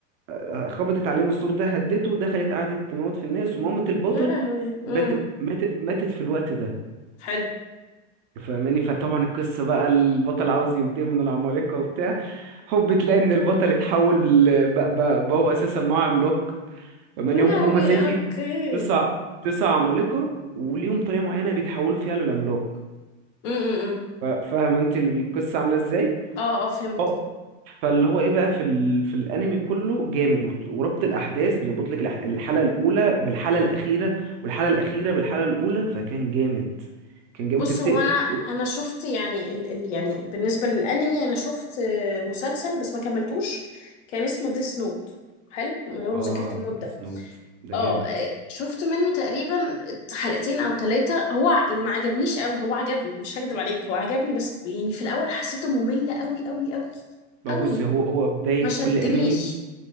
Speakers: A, on the right; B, on the left.
A: آه، خبطت عليهم السور ده هدته دخلت قعدت تموت في الناس ومامة البطل
B: يا لهوي امم
A: مات مات ماتت في الوقت ده
B: حلو
A: فماني فطبعا القصه بقى البطل عاوز ينتقم من العمالقه وبتاع هوب تلاقي ان البطل اتحول ل- بقى بقى- بقى هو اساسا معاه عملاق فماني
B: يا
A: هم
B: لهوي
A: هم زي في
B: اوكي
A: تسع تسع عمالقة وليهم طريقة معينة بيتحولوا فيها للعملاق
B: امم
A: ف- فاهم انت القصة عاملة ازاي؟
B: اه اه فهمت
A: اه فاللي هو ايه بقى في ال... في الانمي كله جامد وت- وربط الاحداث بيربط لك الح- الحلقة الاولى بالحلقة الاخيرة والحلقة الاخيرة بالحلقة الاولى فكان جامد كان جامد
B: بص
A: وتفتكر
B: هو انا انا
A: و...
B: شفت يعني ال ال يعني بالنسبه للانمي انا شفت آه، مسلسل بس ما كملتوش كان اسمه ديس نوت حلو اللي هو
A: اه
B: مذكره الموت
A: ديس
B: ده
A: نوت ده
B: اه
A: جامد
B: آه، شفت منه تقريبا حلقتين او ثلاثه هو ع- ما عجبنيش قوي هو عجبني مش هكدب عليك هو عجبني بس يعني في الاول حسيته ممل قوي قوي قوي
A: بقى
B: قوي
A: بص هو هو بداية
B: ما شدنيش
A: كل انمي